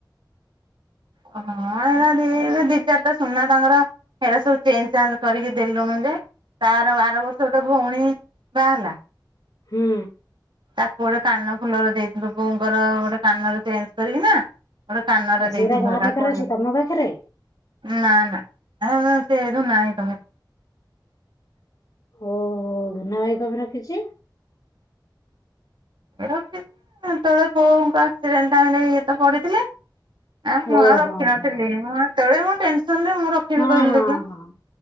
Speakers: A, on the right; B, on the left.
A: ହଁ, ଏରା ଲି-ଇ ଦି, ଚାରଟା ସୁନା ତାଙ୍କର ହେରା ସବୁ ଚେଞ୍ଜ୍ ଚାଞ୍ଜ୍ କରିକି ଦେଲୁଣୁ ଯେ। ତାର, ଆର ଆର ବର୍ଷ ଗୋଟେ, ଭୋଉଣୀ ବାହ୍ ହେଲା।
B: ହୁଁ।
A: ତାକୁ ଗୋଟେ କାନ ଫୁଲର ଦେଇଥିଲୁ। ବୋଉଙ୍କର ଗୋଟେ କାନର ଚେଞ୍ଜ୍ କରିକି ନା ଗୋଟେ କାନ
B: ଆଉ
A: ର ଦେଇଥିଲୁ
B: ସେଇଟା କାହା
A: ହେଟା,
B: ପାଖରେ
A: କୋଡିଏ
B: ଅଛି ତମ ପାଖରେ?
A: ନାଁ, ନା, ଏରାଁ ସେ ଏଇନୁ ନାଇଁ କଲେ।
B: ଓହୋ, ଧୁନା ଭାଇ କପେଁ ରଖିଚି?
A: ରଖିଚି ହେତଳେ ବୋଉଙ୍କ ଅକ୍ସିରେଣ୍ଟ ଟାଇମ୍ ରେ ଇଏ ତ ପଡିଥିଲେ। ଆ, ମୁଁ
B: ଓ
A: ଆଉ ରଖିିନଥିଲି।
B: ହଁ ହଁ
A: ମୁଁ ହେତେବେଳେ ମୁଁ ଟେନ୍ ସନ୍ ରେ, ମୁଁ ରଖ୍ ଖିବି
B: ହଁ
A: କହିଲୁ
B: ହଁ
A: ଦେଖିଆ!
B: ହଁ।